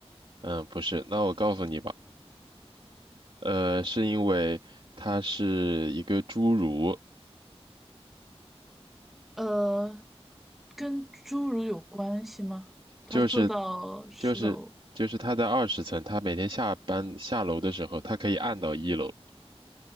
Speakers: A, on the right; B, in the centre.
A: 嗯，不是，那我告诉你吧。呃，是因为它是一个侏儒，
B: 呃，跟侏儒有关系吗？他坐到十楼
A: 就是就是就是他在二十层，他每天下班下楼的时候，他可以按到一楼，